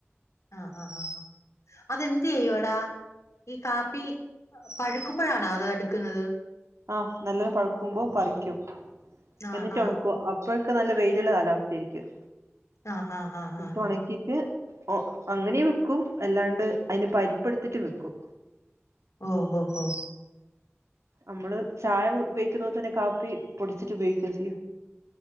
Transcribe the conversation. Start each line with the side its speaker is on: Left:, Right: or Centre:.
Left: ആഹ് ആഹ് ആഹ് ആഹ് അതെന്ത് ചെയ്യോടാ? ഈ കാപ്പി പഴുക്കുമ്പോഴാണോ അത് എടുക്കുന്നത്?
Right: ആഹ് നല്ലോം പഴക്കുമ്പോ പറിക്കും
Left: ആ
Right: എന്നിട്ട്
Left: ആ
Right: ഉണക്കുവ അ ഇപ്പോഴൊക്കെ നല്ല വെയിലുള്ള കാലാവസ്ഥയിരിക്കും
Left: ആ ആ ആ ആ
Right: അപ്പ
Left: ആ
Right: ഉണക്കി റ്റ് ഒ അങ്ങനെ വെക്കും അല്ലാണ്ട് അയ്ന്റെ പരിപ്പെടുത്തിട്ട് വെക്കും.
Left: ഓ ഹൊ ഹൊ
Right: നമ്മള് ചായ കു ഉപയോഗിക്കുന്ന പോലെ തന്നെ കാപ്പി പൊടിച്ചിട്ട് ഉപയോഗിക്ക ചെയ്യ.